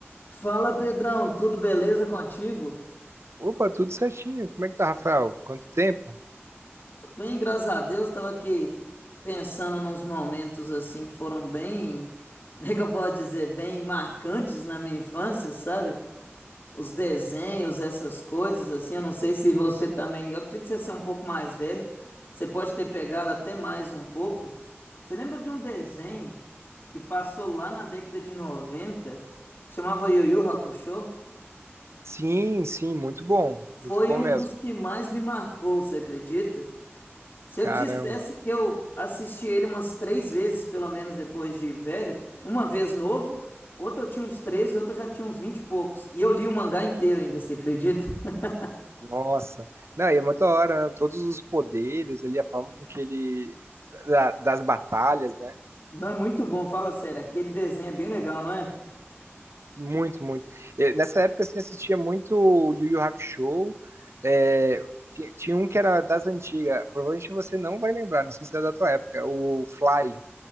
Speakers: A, on the left; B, on the right.
A: Fala Pedrão, tudo beleza contigo?
B: Opa, tudo certinho. Como é que tá, Rafael? Quanto tempo?
A: Tô bem, graças a Deus, tava aqui pensando nos momentos assim que foram bem, como é que eu posso dizer, bem marcantes na minha infância, sabe? Os desenhos, essas coisas assim, eu não sei se você também, eu acredito que você ser um pouco mais velho, você pode ter pegado até mais um pouco. Você lembra de um desenho que passou lá na década de 90 que chamava Yu Yu Hakusho?
B: Sim, sim, muito bom.
A: Foi
B: Muito bom
A: um
B: mesmo.
A: dos que mais me marcou, você acredita? Se
B: Caramba,
A: eu te dissesse que eu assisti ele umas três vezes, pelo menos depois de velho, uma vez novo, outra eu tinha uns 13, outra eu já tinha uns 20 e poucos. E eu li o mangá inteiro ainda, você acredita? <laughs>
B: nossa. Não, e é muito da hora, né? Todos os poderes ali, a forma com que ele. da- das batalhas, né?
A: Não é muito bom, fala sério. Aquele desenho é bem legal, não é?
B: Muito, muito. Eh, Nessa época, assim, assistia muito Yu Yu Hakusho. É, ti- tinha um que era das antigas. Provavelmente você não vai lembrar, não sei se era da tua época. O Fly.